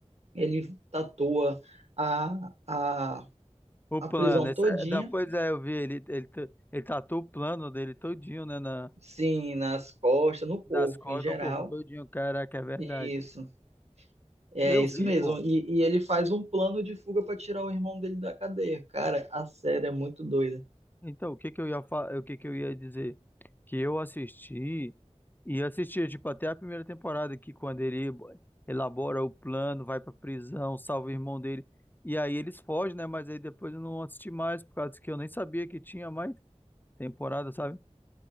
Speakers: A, on the right; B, on the left.
A: Ele tatua a, a,
B: O
A: a
B: plano,
A: prisão
B: esse,
A: todinha,
B: é, depois é, eu vi ele, ele, ta- ele tatuou o plano dele todinho, né? Na,
A: sim, nas costas, no corpo
B: nas costas,
A: em geral.
B: no corpo todinho. Caraca, é verdade.
A: Isso, é
B: Eu
A: isso
B: vi,
A: mesmo.
B: pô.
A: E, e ele faz um plano de fuga para tirar o irmão dele da cadeia. Cara, a série é muito doida.
B: Então, o que que eu ia fa... o que que eu ia dizer? Que eu assisti e assisti tipo até a primeira temporada que quando ele elabora o plano, vai pra prisão, salva o irmão dele e aí eles fogem, né? Mas aí depois eu não assisti mais por causa que eu nem sabia que tinha mais temporada, sabe?